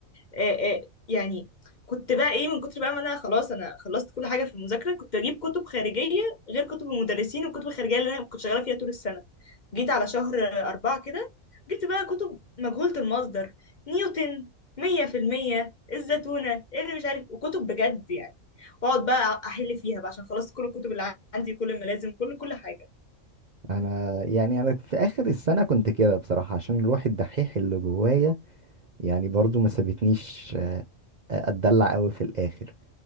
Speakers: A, on the left; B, on the right.
A: آه، آه، يعني كنت بقى ايه من كتر بقى ما انا خلاص انا خلصت كل حاجه في المذاكره كنت اجيب كتب خارجيه غير كتب المدرسين والكتب الخارجيه اللي انا كنت شغاله فيها طول السنه جيت على شهر آه، أربعة كده جبت بقى كتب مجهولة المصدر نيوتن مية في المية الزتونة اللي مش عارف وكتب بجد يعني واقعد بقى احل فيها بقى عشان خلصت كل الكتب اللي عندي كل الملازم كل كل حاجه
B: انا يعني انا في اخر السنه كنت كده بصراحه عشان روح الدحيح اللي جوايا يعني برضو ما سابتنيش آه، اتدلع قوي في الاخر